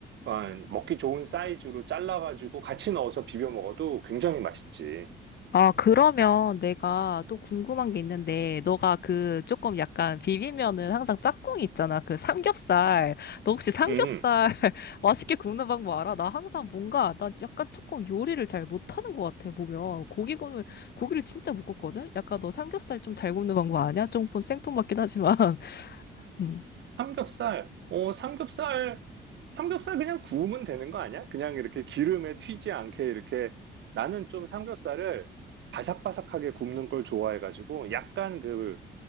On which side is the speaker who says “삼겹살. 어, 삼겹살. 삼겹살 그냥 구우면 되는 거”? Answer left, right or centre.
Right